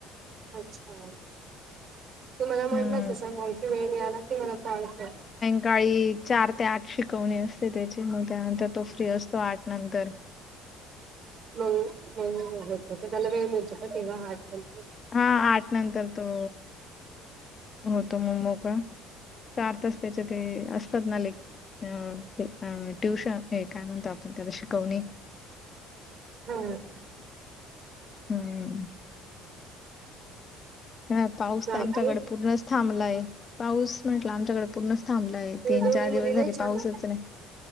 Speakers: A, on the right; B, on the left.
A: अच्छा, तुम्हाला म्हटलाच
B: हम्म.
A: असाच मोलकी वेळ मिळाला की मला कॉल कर.
B: सकाळी चार ते आठ शिकवणी असते त्याची, मग त्यानंतर तो फ्री असतो आठ नंतर.
A: मग <inaudible> त्याला वेळ मिळतो का तेव्हा आठ नंतर?
B: हा आठ नंतर तो होतो म मोकळा. चार तास त्याचे ते अस तात ना लेक् हं ते ट्युशन हे काय म्हणतो आपण त्याला शिकवणी
A: हं.
B: हम्म ह पाऊस
A: बाकी
B: तर आमच्याकड पूर्णच थांबला आहे पाऊस म्हंटलं आमच्याकडे पूर्णच थांबलाय.
A: तुझ्या
B: तीन,
A: दोन्ही
B: चार
A: मुली
B: दिवस झाले
A: लय छान
B: पाऊसच नाही.